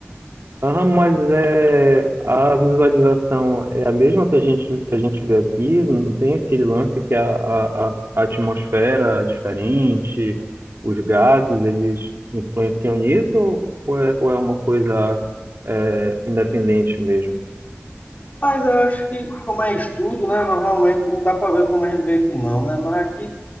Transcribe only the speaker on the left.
Mas eu acho que, como é estudo, né? Normalmente não dá para ver como a gente vê aqui, não, né? Mas aqui,